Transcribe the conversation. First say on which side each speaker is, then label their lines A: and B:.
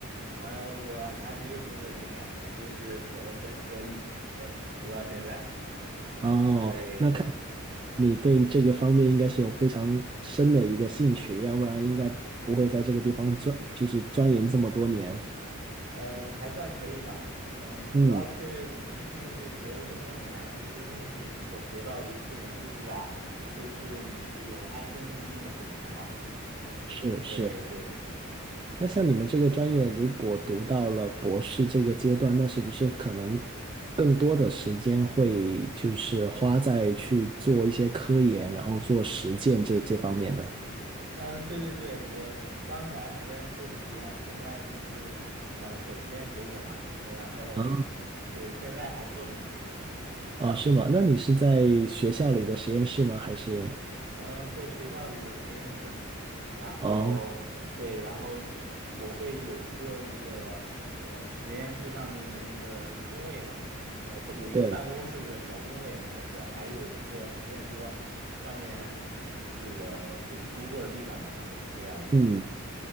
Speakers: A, on the right; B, on the right.
A: 呃，我还没有工作经验，我就是从本科一直读到读到现在。
B: 哦，
A: 对对，
B: 那看你对这个方面应该是有非常深的一个兴趣，要不然应该不会在这个地方钻，就是钻研这么多年。
A: 嗯，还算可以吧。嗯，主要是你毕竟就学了这么多年，
B: 嗯，
A: 这些东西你所学到的各种知识啊，都是你这种安身立命的本钱嘛。
B: 是是。
A: 对对，
B: 那像你们这个专业，如果读到了博士这个阶段，那是不是可能更多的时间会就是花在去做一些科研，然后做实践这这方面呢？
A: 嗯，对对对，我刚才还在做着实验，现在就是呃等实验结果嘛，呃然后
B: 啊
A: 对，现在还做着呢。
B: 啊，是吗？那你是在学校里的实验室吗？还是？
A: 嗯，对，学校里的实验室，然后对，
B: 哦，
A: 然后你会我会有一个那个呃实验室上面的那个工位嘛，呃，在有一个办公室的小工位，
B: 对，
A: 而且还有一个实验桌，上面就是我就是工作的地方嘛，算是这两个地方。
B: 嗯。